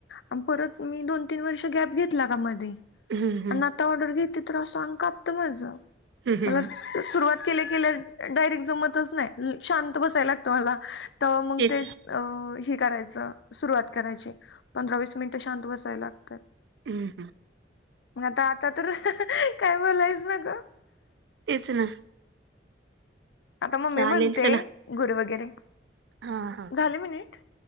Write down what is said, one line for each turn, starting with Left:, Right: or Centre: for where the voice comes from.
Left: आणि परत मी दोन तीन वर्ष गॅप घेतला का मध्ये
Right: हम्म हम्म
Left: आणि आता ऑर्डर घेत तर अस अनगा कापत माझ
Right: हम्म
Left: मला
Right: हम्म
Left: सुरुवात केल्या केल्या डायरेक्ट जमतच नाही शांत बसायला लागतो मला तर मग
Right: तेच
Left: ते च.
Right: ना
Left: अ ही करायच सुरुवात करायची पंधरा वीस मिनिटं शांत बसायला लागत.
Right: हम् हम.
Left: मग आता आता तर काय बोलायच न ग.
Right: तेच ना.
Left: आता ममी
Right: चालेल
Left: म्हणते
Right: चला
Left: गुर वगैरे
Right: हा हा
Left: झाले मिनिट